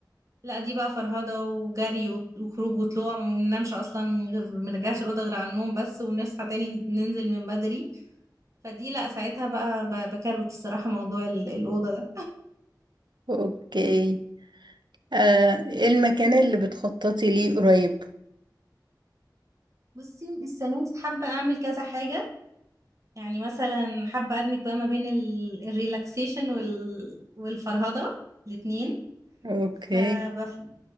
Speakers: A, on the right (about 45°); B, on the right (about 75°).
A: لا دي بقى فرهضة وجري وت- وخروج وطلوع ما بننامش اصلا غير ما نرجعش الأوضة غير على النوم بس ونصحى تاني ننزل من بدري فدي لا ساعتها بقى ب- بكروت الصراحة موضوع ال- الأوضة ده
B: اوكي آه، إيه المكان اللي بتخططي ليه قريب
A: بصي السنة دي حابة أعمل كذا حاجة يعني مثلا حابة أدمج بقى ما بين ال- الريلاكسيشن وال... والفرهدة الاتنين
B: اوكي
A: فبفكر